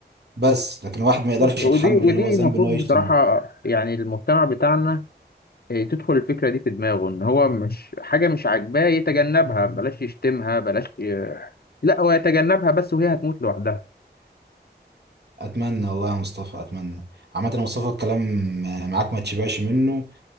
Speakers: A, on the right; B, on the left.
A: بس لكن واحد ما يقدرش
B: ودي
A: يتحمل
B: ودي
A: ان هو
B: المفروض
A: ذنب ان هو يشتم
B: بصراحة يعني المجتمع بتاعنا إيه، تدخل الفكرة دي في دماغه ان هو مش حاجة مش عاجباه يتجنبها بلاش يشتمها بلاش ي... لا هو يتجنبها بس وهي هتموت لوحدها
A: اتمنى والله يا مصطفى اتمنى عامة يا مصطفى الكلام معاك ما تشبعش منه